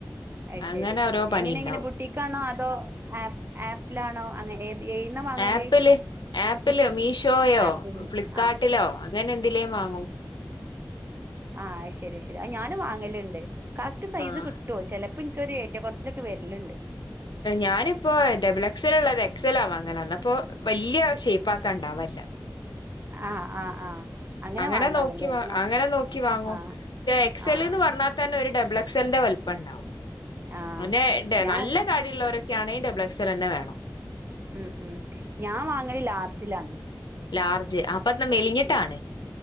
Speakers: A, on the right (about 30°); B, on the left (about 85°).
A: അയ്
B: അങ്ങനെ
A: ശെരിഉം
B: ഓരോ പണിണ്ടാവും
A: എങ്ങനെ എങ്ങനെ പൊ ട്ടിക്കാണോ അതോ ആ ആപ്പ്ലാണോ അങ്ങ ഏത് ഏയ്ന്ന വാങ്ങല്?
B: ആപ്പില് ആപ്പില്
A: ബുട്ടീക്ക്
B: മീഷോയോ
A: ആപ്പിൽ നിന്ന്.
B: ഫ്ലിപ്പ്കാർട്ടിലോ
A: ആ
B: അങ്ങനെ എന്തിലേം വാങ്ങും
A: ആഹഹ് ശെരി ശെരി ആ ഞാനും വാങ്ങല്ണ്ട് കറക്റ്റ് സൈസ്
B: ആഹ്
A: കി ട്ടോ ചെലപ്പോ എറ്റ ക്കൊറ്ച്ചില് ഒക്കെ വെര്ല്ണ്ട്.
B: ഞാനിപ്പോ ഡബിൾ എക്സൽ ള്ളത് എക്സലാ വാങ്ങല് അന്നപ്പൊ വല്ല്യ ഷേപ്പ്ക്കാ ണ്ടാവല്ല
A: ആഹ് ആഹ് ആഹ്
B: അങ്ങനെ
A: വാങ്ങാണല്ലേ
B: നോക്കി വാ
A: ഞാ
B: അങ്ങനെ നോക്കി വാങ്ങും
A: ആഹ്
B: പ എക്സല്ന്ന്
A: ആഹ്
B: പർണ തന്നെ ഒരു ഡബിൾ എക്സൽന്റെ വല്പ്പം ണ്ടാവും
A: ആഹ്
B: അന്നെ
A: ഞാൻ
B: നല്ലെ തടി ള്ളോരൊക്കെ ആണെ ഡബിൾ എക്സൽ ന്നെ വേണം
A: ഉം ഉം ഞാ വാങ്ങല് ലാർജിലാണ്
B: ലാർജ് അപ് പ്പതാ മെലിഞ്ഞിട്ടാണ്
A: ഉം